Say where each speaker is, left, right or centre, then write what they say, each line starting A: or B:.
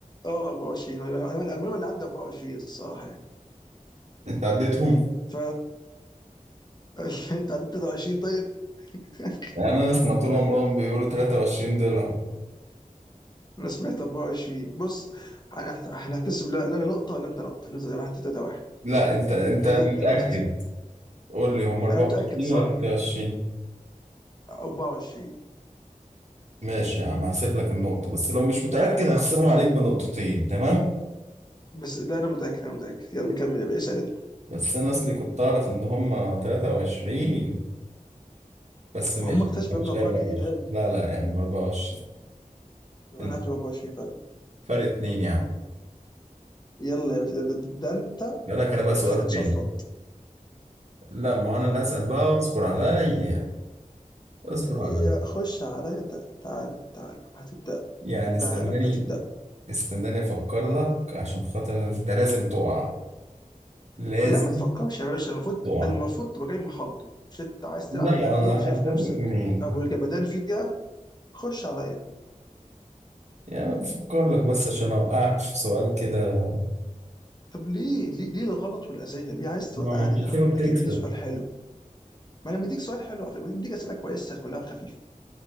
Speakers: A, on the left; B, on the right.
A: اه 24 انا انا المعلومه اللي عندي 24 الصراحه يعني
B: انت عديتهم
A: ف <laughs> انت عديت 23 طيب <laughs>
B: يعني انا سمعت لهم راهم بيقولوا 23 دولار
A: انا سمعت 24 بص هنحت- هنحتسب لا لا أنا نقطه ولا انت نقطه نفضل زي ما احنا 3 1
B: لا انت انت
A: 3
B: متأكد
A: 2 قصدي
B: قول لي هم 24
A: انا متاكد صح
B: ولا 23
A: 24
B: ماشي يا عم هحسب لك النقطة بس لو مش متأكد هخصمهم عليك بنقطتين تمام
A: بس لا انا متاكد انا متاكد يلا كمل يا باشا اسال انت
B: بس انا اصلي كنت اعرف ان هم 23 بس ماشي
A: ما هم اكتشفوا
B: مش
A: يا ابني اضلاع
B: 24
A: جديده يا ابني
B: لا لا يا عم 24
A: انا
B: انت
A: عارف إن 24 فعلا
B: فرق اتنين يا عم
A: يلا يا باشا ده, ده, ده انت
B: لا لك انا بقى سؤال
A: هتتشفلط
B: تاني لا ما هو انا اللي هسأل بقى اصبر عليا اصبر
A: إيه،
B: عليا
A: خش عليا تع- تعالى تعالى هتبدأ
B: يعني استناني
A: تعالى هتبدأ
B: استناني افكر لك عشان خاطر انت لازم تقع لازم
A: لا ما تفكرش يا باشا المفروض
B: تقع
A: المفروض تبقى جاي محضر مش انت عايز
B: لا
A: تلعب اللعبة
B: انا
A: دي وشايف
B: هقول
A: نفسك
B: لك منين
A: ابو الجمدان فيها خش عليا
B: يعني بفكر لك بس عشان اوقعك في سؤال كده
A: طب ليه ليه ليه الغلط والأذية ليه عايز
B: ما
A: توقعني
B: مش هسيبك
A: يا عم ما
B: تكسب
A: تديني سؤال حلو ما انا مديك سؤال حلو على فكرة مديك أسئلة كويسة كلها خفيفة